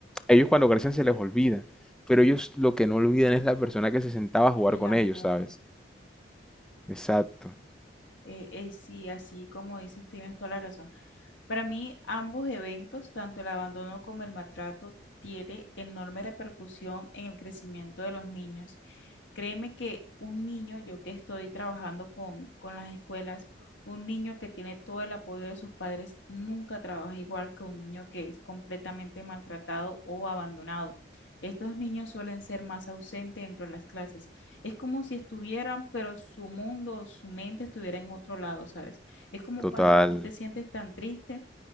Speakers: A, in the centre; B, on the left.
A: ellos cuando crecen se les olvida, pero ellos lo que no olvidan es la persona que se sentaba a jugar
B: el
A: con
B: amor,
A: ellos, ¿sabes? Exacto.
B: eh, eh, sí, así como dices, tienes toda la razón. Para mí, ambos eventos, tanto el abandono como el maltrato, tiene enorme repercusión en el crecimiento de los niños. Créeme que un niño, yo que estoy trabajando con, con las escuelas, un niño que tiene todo el apoyo de sus padres nunca trabaja igual que un niño que es completamente maltratado o abandonado. Estos niños suelen ser más ausentes dentro de las clases. Es como si estuvieran, pero su mundo, su mente estuviera en otro lado, ¿sabes? Es como
A: Total.
B: cuando tú te sientes tan triste